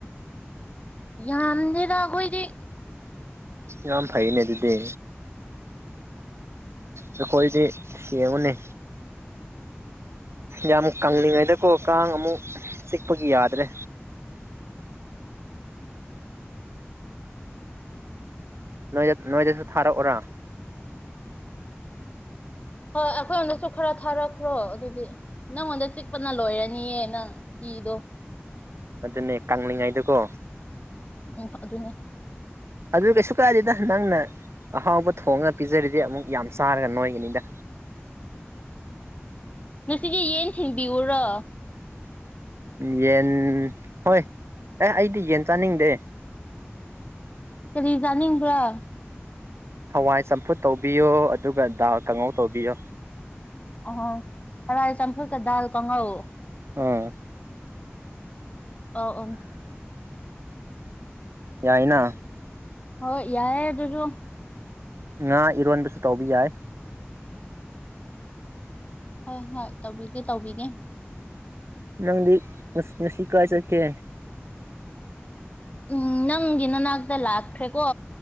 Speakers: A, on the left; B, on the right.
A: ꯌꯥꯝꯗꯦꯗ ꯑꯩꯈꯣꯏꯗꯤ
B: ꯌꯥꯝ ꯐꯩꯅꯦ ꯑꯗꯨꯗꯤ ꯑꯩꯈꯣꯏꯗꯤ ꯁꯦꯝꯕꯨꯅꯤ ꯌꯥꯝ ꯀꯂꯤꯉꯩꯗꯀꯣ ꯀꯥꯡ ꯑꯃꯨꯛ ꯆꯤꯛꯄꯒꯤ ꯌꯥꯗ꯭ꯔꯦ ꯅꯣꯏ ꯅꯣꯏꯗꯁꯨ ꯊꯥꯔꯛꯑꯣꯔꯥ
A: ꯍꯣꯏ ꯑꯩꯈꯣꯏꯉꯣꯟꯝꯗꯁꯨ ꯈꯔ ꯊꯥꯔꯛꯈ꯭ꯔꯣ ꯑꯗꯨꯗꯤ ꯅꯪꯉꯣꯟꯗ ꯆꯤꯛꯄꯅ ꯂꯣꯏꯔꯅꯤꯌꯦ ꯅꯪ ꯏꯗꯣ
B: ꯑꯗꯨꯅꯦ ꯀꯂꯤꯉꯥꯏꯗꯀꯣ
A: ꯎꯝ ꯑꯗꯨꯅꯦ
B: ꯑꯗꯨ ꯀꯩꯁꯨ ꯀꯗꯤꯗ ꯅꯪꯅ ꯑꯍꯥꯎꯕ ꯊꯣꯡꯉ ꯄꯤꯖꯔꯤꯗꯤ ꯑꯃꯨꯛ ꯌꯥꯝ ꯆꯥꯔꯒ ꯅꯣꯏꯒꯅꯤꯗ
A: ꯉꯁꯤꯒꯤ ꯌꯦꯟ ꯊꯤꯟꯕꯤꯎꯔ
B: ꯌꯦꯟ ꯍꯣꯏ ꯑꯦ ꯑꯩꯗꯤ ꯌꯦꯟ ꯆꯥꯅꯤꯡꯗꯦ
A: ꯀꯔꯤ ꯆꯥꯅꯤꯡꯕ꯭ꯔꯥ
B: ꯍꯋꯥꯏ ꯆꯝꯐꯨꯠ ꯇꯧꯕꯤꯌꯣ ꯑꯗꯨꯒ ꯗꯥ ꯀꯥꯡꯉꯧ ꯇꯧꯕꯤꯌꯣ
A: ꯑ ꯍꯔꯥꯏ ꯆꯝꯐꯨꯜꯀ ꯗꯜ ꯀꯉꯧ
B: ꯑꯥ
A: ꯑ ꯑ
B: ꯌꯥꯏꯅ
A: ꯍꯣꯏ ꯌꯥꯔꯦ ꯑꯗꯨꯁꯨ
B: ꯉꯥ ꯏꯔꯣꯟꯟꯕꯁꯨ ꯇꯧꯕꯧꯕ ꯌꯥꯏ
A: ꯍꯣꯏ ꯍꯣꯏ ꯇꯧꯕꯤꯒꯦ ꯇꯧꯕꯤꯒꯦ
B: ꯅꯪꯗꯤ ꯅꯨꯡꯁꯤ ꯀꯥꯏ ꯆꯠꯀꯦ
A: ꯎꯝ ꯅꯪꯒꯤ ꯅꯅꯥꯛꯇ ꯂꯥꯛꯈ꯭ꯔꯦꯀꯣ